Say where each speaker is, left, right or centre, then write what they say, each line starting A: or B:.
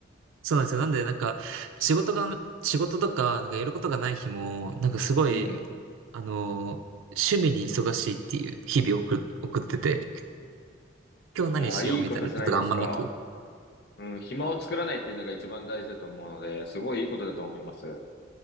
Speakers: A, on the right (about 80°); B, on the left (about 55°).
A: そうなんですよ。なんで、なんか、仕事が、仕事とか、なんかやることがない日も、なんかすごい、
B: うん。
A: あのー趣味に忙しいっていう日々を送、送ってて、今日何しようみたいなことがあんまなく。
B: いやー、いいことじゃないですか。
A: い
B: うん。暇を作らないっていうのが一番大事だと思うので、すごいいいことだと思います。